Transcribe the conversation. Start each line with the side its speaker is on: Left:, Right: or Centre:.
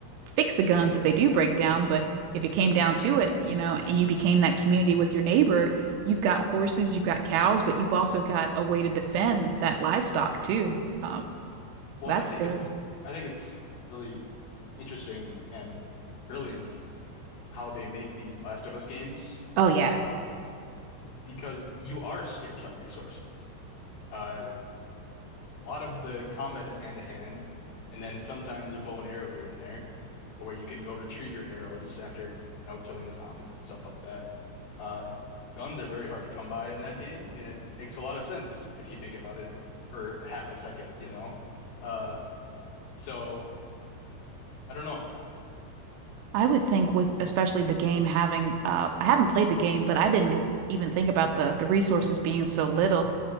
Right: fix the guns if they do break down, but if it came down to it, you know, and you became that community with your neighbor, you've got horses, you've got cows, but you've also got a way to defend that livestock too. Um, so
Left: Well,
Right: that's
Left: and I think
Right: good.
Left: it's I think it's really interesting and brilliant how they make these Last of Us games,
Right: Oh yeah.
Left: um, because you are scarce on resources. Uh, a lot of the combat is hand to hand, and then sometimes a bow and arrow here and there, but where you can go retrieve your arrows after, you know, killing a zombie, stuff like that. Uh, guns are very hard to come by in that game, and it makes a lot of sense if you think about it for half a second, you know. Uh, so. I don't know.
Right: I would think with especially the game having uh I haven't played the game, but I didn't e- even think about the the resources being so little.